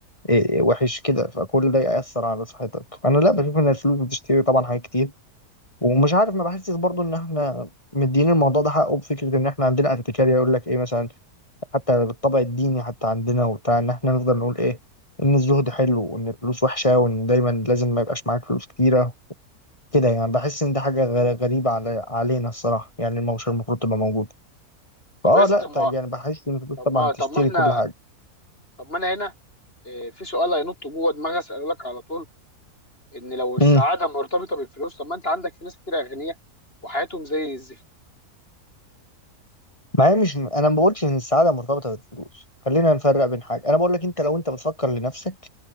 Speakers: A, on the left; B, on the left.
A: إيه، وحش كده فكل ده يأثر على صحتك انا لا بشوف ان الفلوس بتشتري طبعا حاجات كتير ومش عارف ما بحسش برضو ان احنا مدين الموضوع ده حقه بفكره ان احنا عندنا اتكاليه يقول لك ايه مثلا حتى بالطبع الديني حتى عندنا وبتاع ان احنا نفضل نقول ايه ان الزهد حلو وان الفلوس وحشه وان دايما لازم ما يبقاش معاك فلوس كتيره كده يعني بحس ان ده حاجه غ- غريبه على علينا الصراحه يعني المو- مش المفروض تبقى موجوده
B: طب
A: فاه
B: يا اسطى
A: لا
B: طب ما
A: ط- يعني بحس ان الفلوس
B: طب
A: طبعا
B: ما طب
A: تشتري
B: ما احنا
A: كل حاجه
B: طب ما انا هنا آه، في سؤال هينط جوه دماغي اساله لك على طول ان لو السعاده
A: امم
B: مرتبطه بالفلوس طب ما انت عندك في ناس كتير اغنياء وحياتهم زي الزفت
A: ما هي مش انا ما بقولش ان السعاده مرتبطه بالفلوس خلينا نفرق بين حاجه انا بقول لك انت لو انت بتفكر لنفسك